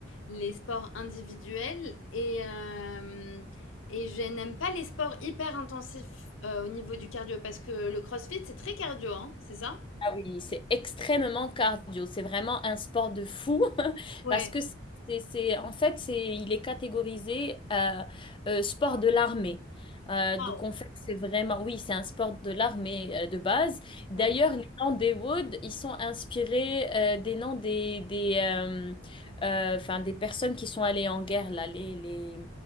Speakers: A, on the left; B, on the left.
A: les sports individuels et, euh, et je n'aime pas les sports hyper intensifs euh, au niveau du cardio parce que le CrossFit c'est très cardio, hein, c'est ça?
B: Ah oui, c'est extrêmement cardio. C'est vraiment un sport de fou <laughs>
A: Ouais.
B: parce que c'est, c'est- en fait, c'est, il est catégorisé euh, euh, sport de l'armée. Euh,
A: Waouh.
B: donc en fait, c'est vraiment, oui, c'est un sport de l'armée euh, de base. D'ailleurs,
A: Ouais.
B: les noms des Woods, ils sont inspirés euh, des noms des, des, euh, euh, enfin, des personnes qui sont allées en guerre, là, les, les,